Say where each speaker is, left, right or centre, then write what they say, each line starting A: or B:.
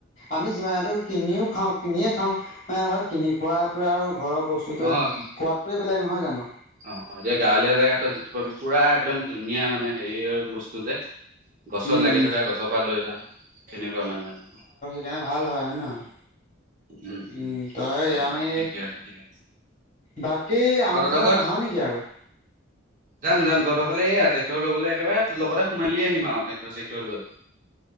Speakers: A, on the left; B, on the right.
A: আমি যিমানখিনি কিনিও খাওঁ কিনিয়ে খাওঁ। এ' ধৰ কিনি খোৱাতোৱে আৰু ঘৰৰ বস্তুতয়ে
B: অ কি
A: সোৱাদটোৱে বেলেগ নহয় জানো।
B: অ', এতিয়া গাঁৱলীয়া জেগাতো যিটো পাবি পুৰা একদম ধুনীয়া মানে হেৰি বস্তু যে- গছত
A: উম
B: লাগি থকা গছৰ পৰা লৈ যাম তেনেকুৱা মানে।
A: যেনে ভাল হয় নে নহয়।
B: উমঁ-উমঁ-উমঁ,
A: উম তই আমি
B: ঠিকে আছে-ঠিকে আছে।
A: বাকী' আমাৰফালে
B: অ তহঁতৰ
A: নাহয়ে নেকি আৰু?
B: যাম-যাম তহঁতৰ ফালে এয়া ট্ৰেক্টৰ লৈ পেলাই একেবাৰে লগতে সোমাই আহিম আৰু ট্ৰেক্টৰ-চেক্টৰ লৈ।